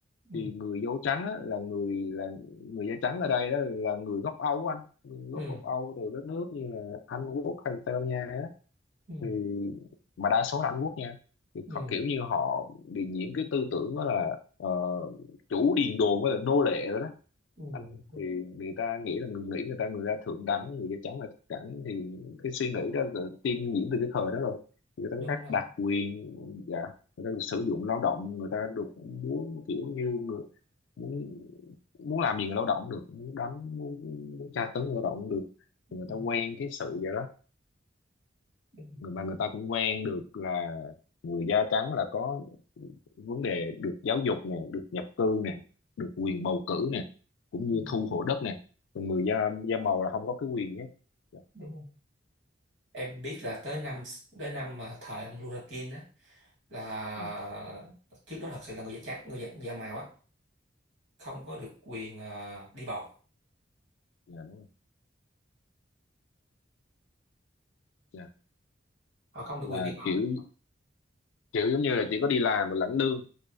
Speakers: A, on the right; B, on the left.
A: ừ
B: Thì người da trắng á, là người là người da trắng ở đây đó là người gốc Âu á anh, gốc
A: ừ
B: gốc Âu từ các nước như là Anh Quốc hay là Tây Ban Nha á
A: ừ
B: thì mà đa số là Anh Quốc nha thì
A: ừ,
B: họ kiểu như họ bị nhiễm cái tư tưởng đó là ờ, chủ điền đồn với là nô lệ rồi đó
A: ừ.
B: anh
A: Đúng,
B: thì người ta nghĩ là người nghĩ người ta người ta thượng đẳng người da trắng là thượng đẳng thì cái suy nghĩ đó là tiêm nhiễm từ cái thời đó rồi Thì người ta
A: đúng
B: có các
A: rồi
B: đặc quyền dạ người ta được sử dụng lao động người ta được muốn kiểu như người- muốn muốn làm gì người lao động được muốn đánh muốn, muốn tra tấn người lao động được
A: ừ.
B: thì người ta quen cái sự vậy đó
A: Đúng,
B: người mà người ta cũng quen được là người da trắng là có vấn đề được giáo dục nè được nhập cư nè được quyền bầu cử nè cũng
A: ừ.
B: như thu hộ đất nè còn người da da màu là không có cái quyền nhé dạ
A: đúng rồi. em biết là tới năm tới năm mà thời ông Luther King đó là
B: ừ,
A: trước đó thật sự là người da trắng người da, da màu á không có được quyền ờ, đi bầu
B: dạ, đúng rồi dạ
A: họ không
B: là
A: được quyền đi bầu
B: kiểu kiểu giống như là chỉ có đi làm và lãnh lương